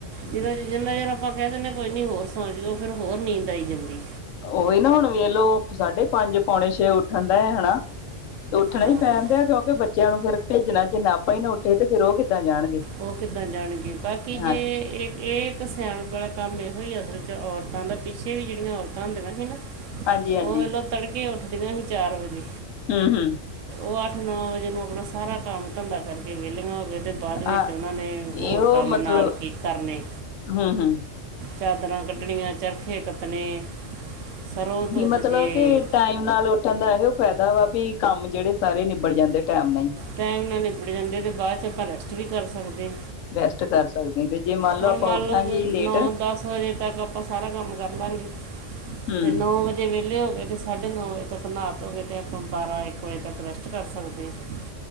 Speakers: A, on the right (about 75°); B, on the left (about 80°).
A: ਜਿਹਦਾ ਜਿੰਨਾ ਚਿਰ ਆਪਾਂ ਕਹਿ ਦਿੰਨੇ ਆ ਕੋਈ ਨੀ ਹੋਰ ਸੋ ਜੋ ਫਿਰ ਹੋਰ ਨੀਂਦ ਆਈ ਜਾਂਦੀ ਏ।
B: ਉਹੀ ਨਾ ਹੁਣ ਵੇਖਲੋ ਸਾਢੇ ਪੰਜ ਪੌਣੇ ਛੇ ਉੱਠਣ ਦਾ ਹੈਨਾ। ਤੇ ਉੱਠਣਾ
A: ਹਾਂ
B: ਈ ਪੈਣ ਡਿਆ ਕਿਉਂਕਿ ਬੱਚਿਆਂ ਨੂੰ ਫਿਰ ਭੇਜਣਾ ਜਿੰਨਾ ਆਪਾਂ ਈ ਨਾ ਉੱਠੇ ਤੇ ਫਿਰ ਉ ਕਿੱਦਾ ਜਾਣਗੇ।
A: ਉਹ ਕਿੱਦਾਂ ਜਾਣਗੇ ਬਾਕੀ ਜੇ
B: ਹਾਂ
A: ਇਹ ਇਹ ਇੱਕ ਸਿਆਣਪ ਆਲਾ ਕੰਮ ਇਹੋ ਹੀ ਅਸਲ ਚ ਔਰਤਾਂ ਦਾ ਪਿੱਛੇ ਵੀ ਜਿਹੜੀਆਂ ਔਰਤਾਂ ਹੁੰਦੀਆਂ ਸੀ ਨਾ
B: ਹਾਂਜੀ-ਹਾਂਜੀ
A: ਉ ਵੇਖਲੋ ਤੜਕੇ ਉੱਠਦੀਆਂ ਸੀ ਚਾਰ ਵਜੇ।
B: ਹ ਹ।
A: ਉ ਅੱਠ ਨੌ ਵਜੇ ਨੂੰ ਆਪਣਾ ਸਾਰਾ ਕੰਮ ਧੰਦਾ ਕਰਕੇ ਵਿਏਲੀਆਂ ਹੋ ਕੇ ਤੇ ਬਾਅਦ ਵਿੱਚ
B: ਹਾਂ
A: ਤੇ ਉਹਨਾਂ ਨੇ ਹੋਰ
B: ਇਹੋ
A: ਕੰਮ
B: ਮਤਲਬ
A: ਨਾਲ ਕੀ ਕਰਨੇ?
B: ਹੂੰ ਹੂੰ
A: ਚਾਦਰਾਂ ਕੱਢਣੀਆਂ ਚਰਖੇ ਕੱਤਣੇ। ਸਰੋਂ ਤੋਂ
B: ਕੀ
A: ਦੂਜੇ
B: ਮਤਲਬ ਕੀ ਟਾਈਮ ਨਾਲ ਉੱਠਣ ਦਾ ਇਓ ਫਾਇਦਾ ਵਾ ਵੀ ਕੰਮ ਜਿਹੜੇ ਸਾਰੇ ਨਿਬੜ ਜਾਂਦੇ ਟਾਈਮ ਨਾ ਈ।
A: ਟਾਈਮ ਨਾਲ ਨਿਬੜ ਜਾਂਦੇ ਨੇ ਬਾਅ 'ਚ ਆਪਾਂ ਰੈਸਟ ਵੀ ਕਰ ਸਕਦੇ ਆ।
B: ਰੈਸਟ ਕਰ ਸਕਦੇ ਤੇ ਜੇ
A: ਹੁਣ
B: ਲਓ ਆਪਾਂ
A: ਮੰਨ
B: ਉੱਠਾਂਗੇ
A: ਲੋਓ
B: ਲੇਟ
A: ਨੌ ਦਸ ਵਜੇ ਤੱਕ ਆਪਾਂ ਸਾਰਾ ਕੰਮ ਕਰ ਲਾਗੇ
B: ਹੂੰ
A: ਤੇ ਨੌ ਵਜੇ ਜੇ ਵਿਹਲੇ ਓ ਗਏ ਤਾਂ ਸਾਢੇ ਨੌ ਵਜੇ ਤੱਕ ਨਾਹ ਧੋਕੇ ਤੇ ਆਪਾਂ ਬਾਰਾਂ ਇੱਕ ਵਜੇ ਤੱਕ ਰੈਸਟ ਕਰ ਸਕਦੇ ਆ।